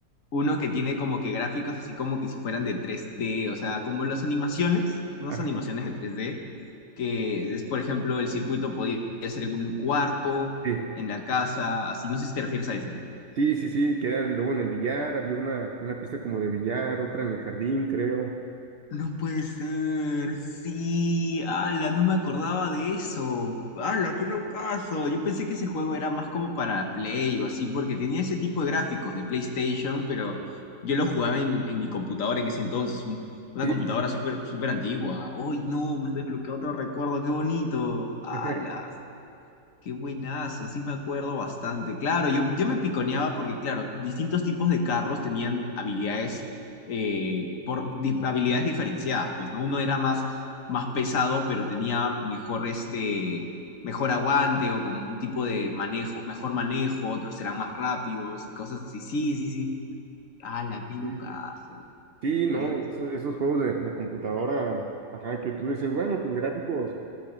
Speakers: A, on the left; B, on the right.
A: uno que tiene como que gráficos así como que si fueran de tres d o sea, como las animaciones, unas
B: Ajá,
A: animaciones de tres d que es, por ejemplo, el circuito podía ser en un cuarto,
B: Sí,
A: en la casa, así, no sé si te refieres a ese.
B: sí, sí, sí, que eran luego en el billar, había una, una pista como de billar, otra en el jardín, creo.
A: No puede ser, sí, ala, no me acordaba de eso, ala, qué locazo, yo pensé que ese juego era más como para Play o así, porque tenía ese tipo de gráficos de PlayStation, pero yo lo jugaba en, en mi computadora en ese entonces, un- una
B: Sí,
A: computadora
B: sí,
A: súper súper antigua, ¡Ay, no, me has desbloqueado otro recuerdo, qué bonito, ala,
B: <laughs>
A: Qué buenazo, sí me acuerdo bastante. Claro, yo, yo me piconeaba porque, claro, distintos tipos de carros tenían habilidades, eh, por, di- habilidades diferenciadas, pues, ¿no? Uno era más, más pesado, pero tenía mejor, este, mejor aguante o como un tipo de manejo, mejor manejo, otros eran más rápidos y cosas así. Sí, sí, sí. ¡Hala, qué
B: sí,
A: locazo!
B: sí, no,
A: Lo había olvidado.
B: eso- esos, juegos de, de computadora, ajá, que tú dices, bueno, pues gráficos